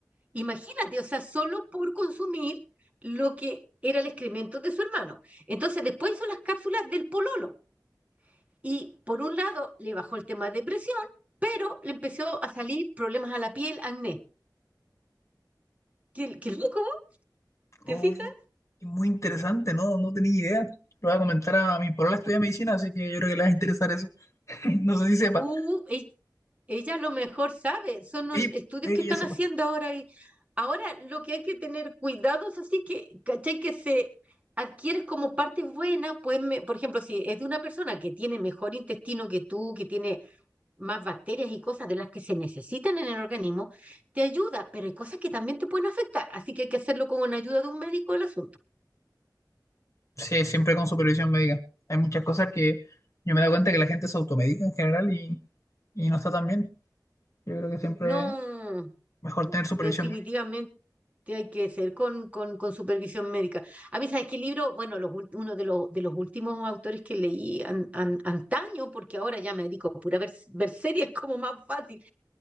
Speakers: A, on the right; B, on the left.
A: Imagínate, o sea, solo por consumir lo que era el excremento de su hermano. Entonces, después hizo las cápsulas del pololo. Y por un lado, le bajó el tema de depresión, pero le empezó a salir problemas a la piel, acné. Qué, qué loco, ¿te
B: Oh,
A: fijas?
B: muy interesante, ¿no? No tenía idea. Lo voy a comentar a mi polola estudia medicina, así que yo creo que le va a interesar eso. <laughs> No sé si sepa.
A: Uh, e- ella, a lo mejor sabe, son un-
B: Sí,
A: estudios
B: puede
A: que
B: que
A: están
B: ya sepa.
A: haciendo ahora y ahora lo que hay que tener cuidado es así que, ¿cachai? Que se adquieres como parte buena, pues, me- por ejemplo, si es de una persona que tiene mejor intestino que tú, que tiene más bacterias y cosas de las que se necesitan en el organismo, te ayuda, pero hay cosas que también te pueden afectar, así que hay que hacerlo con la ayuda de un médico el asunto.
B: Sí, siempre con supervisión médica. Hay muchas cosas que yo me he dado cuenta que la gente se automedica en general y, y no está tan bien. Yo creo que siempre
A: No,
B: es mejor
A: definitivamente.
B: tener supervisión médica.
A: que hay que ser con, con, con supervisión médica. A mí, ¿sabes qué libro? Bueno, los, ul- uno de los, de los últimos autores que leí an- an- antaño, porque ahora ya me dedico a pura ver, ver series como más fácil.